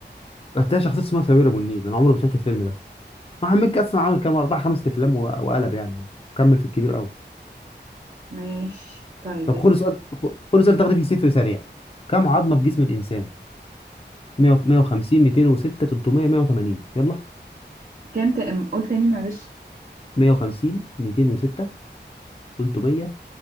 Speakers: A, on the left; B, on the right.
A: هتلاقي شخصيته اسمها سمير ابو النيل انا عمري ما شفت الفيلم ده احمد مكي اصلا عمل كام اربع خمس افلام و- وقلب يعني كمل في الكبير قوي
B: ماشي طيب
A: طب
B: بس
A: خد سؤال خد سؤال تغريبي صفر سريع كم عظمة في جسم الانسان؟ 100 150 206 300 180 يلا
B: كام تقم قول تاني معلش
A: 150 206 300